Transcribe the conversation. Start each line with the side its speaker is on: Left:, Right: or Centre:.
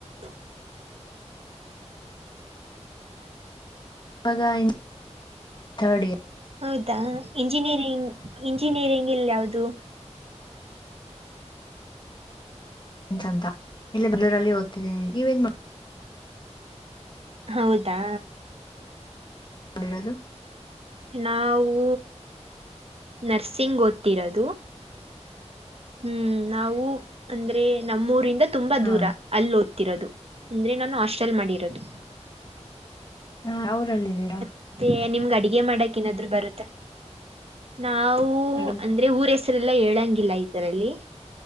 Right: <inaudible>
Left: ಇವಾಗ ಇದ್ ಥರ್ಡ್ ಇಯರ್
Right: ಹೌದಾ ಇಂಜಿನಿಯರಿಂಗ್ ಇಂಜಿನಿಯರಿಂಗ್ ಇಲ್ಲ ಯಾವದು
Left: ಅಂತ್ ಇಲ್ಲೇ ಬೆಂಗಳೂರಲಿ ಓದ್ತಿದಿನಿ ನೀವೇನ್ ಮಾ
Right: ಹೌದಾ
Left: ಇರೋದು
Right: ನಾವು ನರ್ಸಿಂಗ್ ಓದ್ತಿರದು ಹ್ಮ್ ನಾವು ಅಂದ್ರೆ ನಮ್ಮೂರಿಂದ ತುಂಬಾ
Left: ಹಾ
Right: ದೂರ್ ಅಲ್ಲ ಓದ್ತಿರೋದು ಅಂದ್ರೆ ನಾನು ಹಾಸ್ಟೆಲ್ ಮಾಡಿರದು
Left: ಯಾವ್ ಊರಲ್ಲಿದ್ದೀರಾ.
Right: ಮತ್ತೆ ನಿಮ್ಗ ಅಡಗೆ ಮಾಡಕ್ ಏನಾದ್ರು ಬರುತ್ತ್ ನಾವು
Left: ಅಡ್
Right: ಅಂದ್ರೆ ಊರ ಹೆಸ ಹೆಸರೆಲ್ಲ ಹೇಳಂಗಿಲ್ಲ ಇದರಲ್ಲಿ.